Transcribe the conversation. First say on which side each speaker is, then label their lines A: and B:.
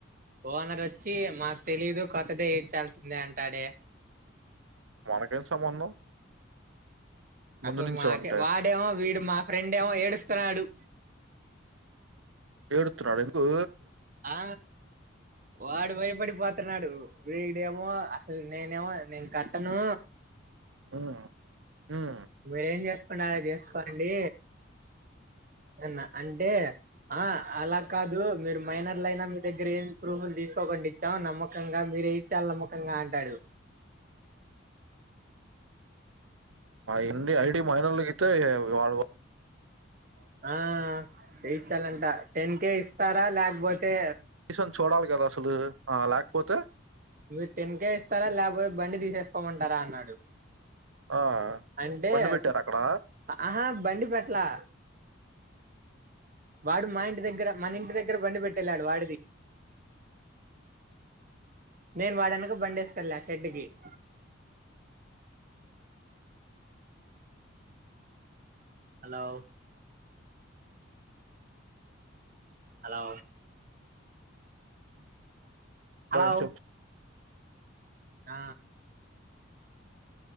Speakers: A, on the right; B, on the right.
A: ఓనర్ వచ్చి మాకు తెలీదు కొత్తది ఏయించాలిసిందే అంటాడే
B: మనకేం సంబంధం ముందు
A: అసలు
B: నుంచో
A: మాక
B: ఉంటే
A: వాడు ఏమో వీడు మా ఫ్రెండ్ ఏమో ఏడుస్తున్నాడు
B: ఏడుతున్నాడా ఎందుకు
A: ఆ వాడు భయపడి పోతున్నాడు వీడేమో అసలు నేనేమో నేన్ కట్టను
B: ఉమ్ ఉమ్
A: మీరేం చేసుకుంటారో చేసుకోండి అన్న అంటే ఆ అలా కాదు మీరు మైనర్ల అయినా మీ దగ్గర ఏం ప్రూఫ్లు తీసుకోకుండా ఇచ్చాం నమ్మకంగా మీరే ఇ చాలా నమ్మకంగా అంటాడు
B: ఎన్ని ఐడి మైనర్కితే వాళ్ళు
A: ఆ ఏయించాలంట టెన్ కే ఇస్తారా లేకపోతే
B: సన్ చూడాలి కదా అసలు ఆ లేకపోతే
A: మీరు టెన్ కేే ఇస్తారా లేకపోయి బండి తీసేసుకోమంటారా అన్నాడు
B: ఆ
A: అంటే
B: బండి పెట్టారు
A: స
B: అక్కడ
A: ఆహా బండి పెట్టాలా వాడు మా ఇంటి దగ్గర మన ఇంటి దగ్గర బండి పెట్టెళ్లాడు వాడిది నేను వాడి వెనక బండేసుకెళ్ళ షెడ్కి దీ <inaudible> హలో హలో
B: పాన్
A: హలో
B: చెప్
A: ఆ